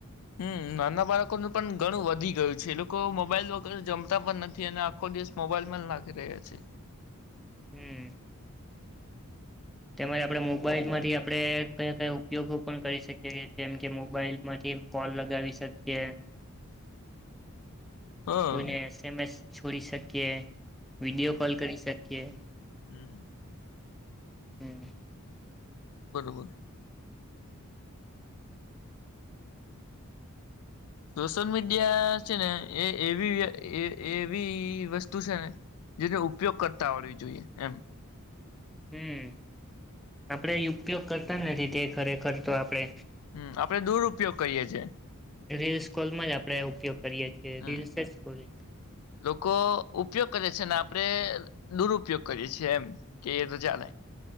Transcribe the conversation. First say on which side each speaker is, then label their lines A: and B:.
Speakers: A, on the left; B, in the centre.
A: હમ, નાના બાળકોનું પણ ઘણું વધી ગયું છે એ લોકો મોબાઈલ વગર જમતા પણ નથી અને આખો દિવસ મોબાઈલ માં જ નાખી રહ્યા છે
B: હમ તેમજ આપણે મોબાઈલ માંથી આપણે કયા કયા ઉપયોગો પણ કરી શકીએ જેમ કે મોબાઈલ માંથી ફોન લગાવી શકીએ
A: હા
B: કોઈને એસ, એમ, એસ છોડી શકીએ વિડિયો કોલ કરી શકીએ
A: હમ
B: હમ
A: બરોબર સોશિયલ મીડિયા છે ને એ એવી એવી વસ્તુ છે ને જેનો ઉપયોગ કરતા આવડવી જોઈએ એમ.
B: હમ આપડે ઉપયોગ કરતા નથી તે ખરેખર તો આપડે.
A: હમ આપડે દુરપયોગ કરીએ છે.
B: રીલ સ્ક્રોલમાં જ આપડે ઉપયોગ કરીએ છીએ
A: હમ
B: રીલ સ્ક્રોલ.
A: લોકો ઉપયોગ કરે છે અનેને આપણે દુરુપયોગ કરીએ છીએ એમ કે રજા ન